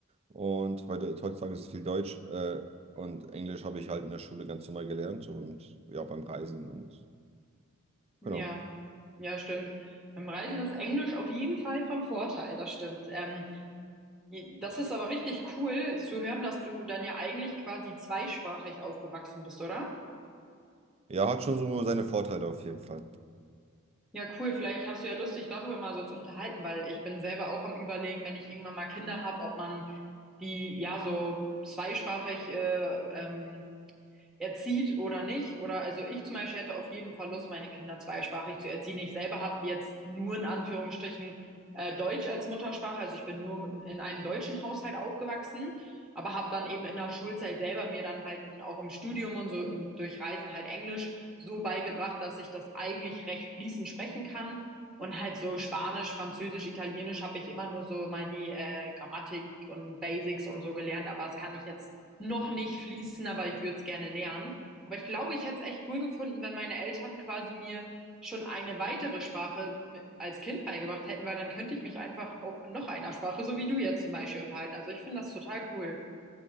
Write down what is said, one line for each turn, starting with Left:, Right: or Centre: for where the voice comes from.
Right: Und heute, heutzutage ist es viel Deutsch. Äh, und Englisch habe ich halt in der Schule ganz normal gelernt und ja, beim Reisen und
Centre: Ja,
Right: genau.
Centre: ja, stimmt. Beim Reisen ist Englisch auf jeden Fall von Vorteil, das stimmt. Ähm, das ist aber richtig cool zu hören, dass du dann ja eigentlich quasi zweisprachig aufgewachsen bist, oder?
Right: Ja, hat schon so seine Vorteile auf jeden Fall.
Centre: Ja, cool. Vielleicht hast du ja Lust, dich darüber mal so zu unterhalten, weil ich bin selber auch am Überlegen, wenn ich irgendwann mal Kinder habe, ob man die ja so zweisprachig äh, ähm, erzieht oder nicht. Oder also ich zum Beispiel hätte auf jeden Fall Lust, meine Kinder zweisprachig zu erziehen. Ich selber habe jetzt nur in Anführungsstrichen äh, Deutsch als Muttersprache. Also ich bin nur in einem deutschen Haushalt aufgewachsen, aber habe dann eben in der Schulzeit selber mir dann halt und auch im Studium und so und durch Reisen halt Englisch so beigebracht, dass ich das eigentlich recht fließend sprechen kann. Und halt so Spanisch, Französisch, Italienisch habe ich immer nur so mal die äh, Grammatik und Basics und so gelernt, aber das kann ich jetzt noch nicht fließen, aber ich würde es gerne lernen. Aber ich glaube, ich hätte es echt cool gefunden, wenn meine Eltern quasi mir schon eine weitere Sprache mi- als Kind beigebracht hätten, weil dann könnte ich mich einfach auf noch einer Sprache, so wie du jetzt zum Beispiel, unterhalten. Also ich finde das total cool.